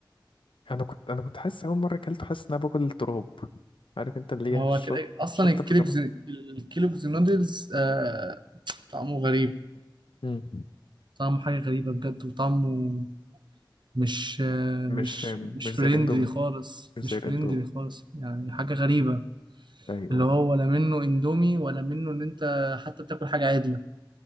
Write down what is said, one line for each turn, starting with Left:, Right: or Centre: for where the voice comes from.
Left: انا كنت انا كنت حاسس اول مره اكلته حاسس ان انا باكل تراب عارف انت اللي
Right: هو
Left: هي الشط
Right: كده اصلا
Left: شطه
Right: الكيلوجز
Left: بخبط
Right: الكيلوجز نودلز آه طعمه غريب
Left: مم.
Right: طعمه حاجة غريبة بجد وطعمه مش
Left: مش
Right: مش مش
Left: مش
Right: فريندلي
Left: زي الاندومي
Right: خالص
Left: مش
Right: مش
Left: زي
Right: فريندلي
Left: الاندومي
Right: خالص يعني حاجة غريبة
Left: ايوه
Right: اللي هو ولا منه اندومي ولا منه ان انت حتى بتاكل حاجة عدلة